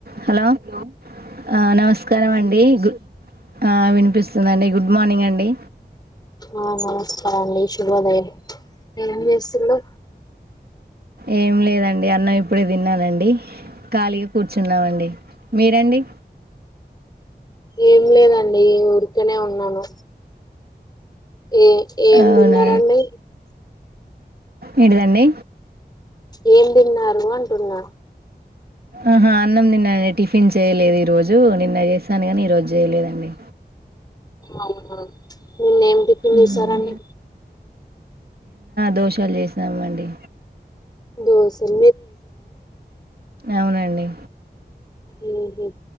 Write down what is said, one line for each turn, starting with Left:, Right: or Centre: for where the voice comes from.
Right: హలో ఆ నమస్కారం అండి ఆ వినిపిస్తుంది పిస్తుంది అండి గుడ్ మార్నింగ్ అండి
Left: ఆ నమస్కారం అండి శుభోదయం ఏం చేస్తుళ్లు
Right: ఏం లేదండి అన్నం ఇప్పుడే తిన్నానండి, ఖాళీగా కూర్చున్నామండి మీరండి
Left: ఏం లేదన్ అండి ఊరికనే ఉన్నాను ఏ ఏం
Right: అవునా
Left: తిన్నారండి
Right: ఏంటిదండి
Left: ఏం తిన్నారు నువో అంటున్న
Right: ఆహా అన్నం తిన్న అండి టిఫిన్ చేయలేదు ఈ రోజు నిన్న చేసాను కాని ఈ రోజు జేయలేదండి
Left: అవునా నిన్న ఏం టిఫిన్ చేసారండి
Right: ఉమ్. దోశలు చేసినాం అండి
Left: దోసెలు
Right: అవునండి
Left: ఉ హు